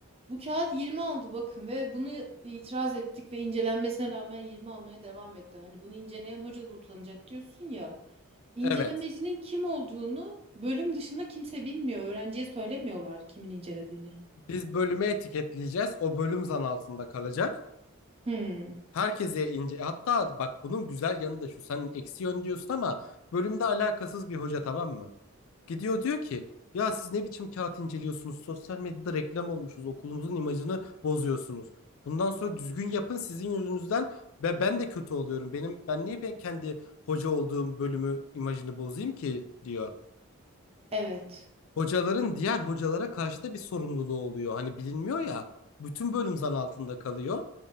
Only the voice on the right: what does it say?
bu kağıt 20 aldı bakın ve bunu itiraz ettik ve incelenmesine rağmen 20 almaya devam etti. Hani bunu inceleyen hoca da utanacak diyorsun ya. İncelemecinin
kim olduğunu bölüm dışında kimse bilmiyor. Öğrenciye söylemiyorlar kimin incelediğini.
Hmm,
evet.